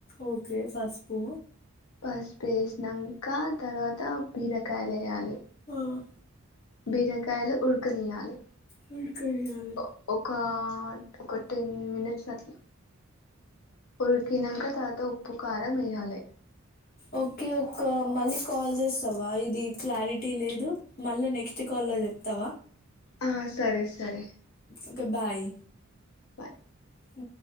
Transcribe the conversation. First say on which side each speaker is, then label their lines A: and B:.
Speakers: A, on the left; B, on the left.
A: ఓకే పస్పు
B: పసుపు వేసినాంక తర్వాత బీరకాయలు వేయాలి
A: అ
B: బీరకాయలు ఉడ్కనియా లె
A: వాడికని కాదు
B: ఒ ఒకా ఒక టెన్ మినిట్స్ అట్ల ఉడికినంక తర్వాత ఉప్పు కారం వేయాలె
A: ఓకే ఒక్క మళ్ళీ కాల్ చేస్తావా ఇది క్లారిటీ లేదు మళ్ళ నెక్స్ట్ కాల్ ల చెప్తావా
B: ఆ సరే సరే
A: ఓకే బాయ్
B: బాయ్
A: ఊ